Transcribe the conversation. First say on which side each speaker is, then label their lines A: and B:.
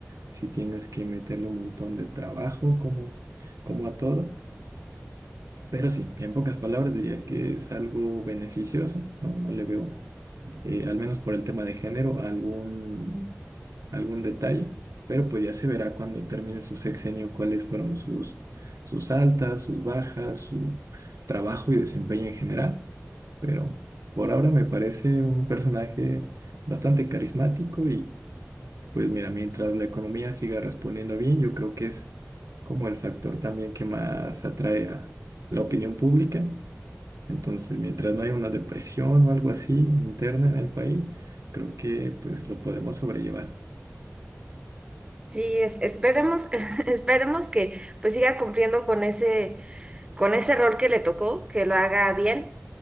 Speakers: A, on the right (about 85°); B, on the right (about 20°).
A: Si tienes que meterle un montón de trabajo como, como a todo. Pero sí, en pocas palabras diría que es algo beneficioso, no, no le veo, eh, al menos por el tema de género, algún,
B: Ujú.
A: algún detalle, pero pues ya se verá cuando termine su sexenio cuáles fueron sus, sus altas, sus bajas, su trabajo y desempeño en general, pero por ahora me parece un personaje bastante carismático y pues mira, mientras la economía siga respondiendo bien, yo creo que es como el factor también que más atrae a la opinión pública entonces, mientras no haya una depresión o algo así interna en el país, creo que pues lo podemos sobrellevar.
B: Sí, es- esperemos, <laughs> esperemos que pues siga cumpliendo con ese, con ese rol que le tocó, que lo haga bien.